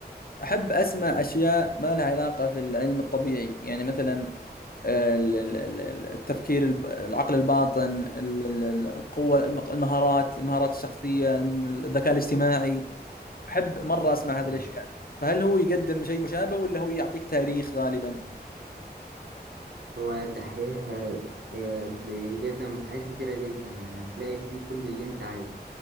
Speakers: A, on the left; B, on the right.
A: أحب أسمع أشياء ما لها علاقة في العلم الطبيعي يعني مثلا آه، ال- ال- ال- التفكير الب- العقل الباطن ال- ال- القوة المق- المهارات المهارات الشخصية الم- الذكاء الاجتماعي أحب مرة أسمع هذه
B: آه.
A: الأشياء فهل هو يقدم شيء مشابه ولا هو يعطيك تاريخ غالبا؟
B: هو الدحيح آه، آه، بيقدم حاجات كتيرة جدا يعني هتلاقي فيه كل اللي انت عايزه